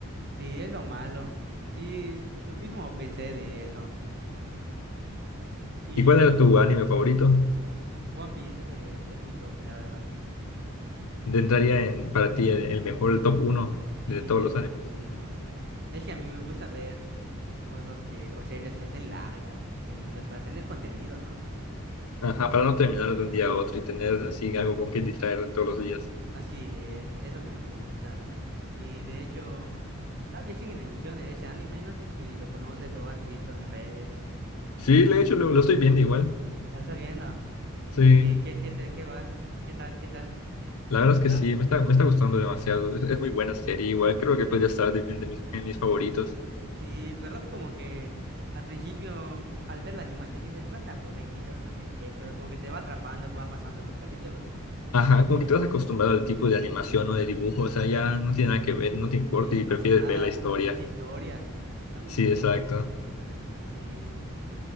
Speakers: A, on the right; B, on the left.
A: Sí, es lo malo. Sí, lo mismo pensé de eso. Y
B: ¿Y cuál era tu anime favorito?
A: One Piece es, el- es mi top, la verdad.
B: Intentaría en, para ti el, el mejor, el top uno
A: Sí,
B: de todos
A: es
B: los
A: el
B: animes.
A: top uno. Es que a mí me gusta ver cosas que, o series que estén largas, o películas, para tener contenido, ¿no?
B: Ajá, para no terminar de un día a otro y tener así algo con que distraer todos los días.
A: Así es, es lo que me gusta. Y de hecho, todavía sigue en emisión ese anime, no sé si lo conoces o has visto en redes.
B: Sí, de hecho lo, lo estoy viendo igual.
A: ¿La estás viendo?
B: Sí,
A: ¿Y qué, qué te, qué va? ¿Qué tal? ¿Qué tal?
B: la verdad
A: ¿Te
B: es
A: gusta?
B: que sí, me está, me está gustando demasiado. Es, es muy buena serie, igual creo que podría estar de- en, de mis, en mis favoritos.
A: Sí, ¿verdad? Como que al principio, al ver la animación, dices, va a estar aburrido, no sé qué, pero como que te va atrapando, va pasando los capítulos.
B: Ajá, como que te vas acostumbrado al tipo de animación o de dibujo, o sea, ya no tiene nada que ver, no te importa
A: Sí,
B: y prefieres
A: más que nada,
B: ver la historia.
A: las historias están muy
B: Sí,
A: buenas.
B: exacto.
A: Sí,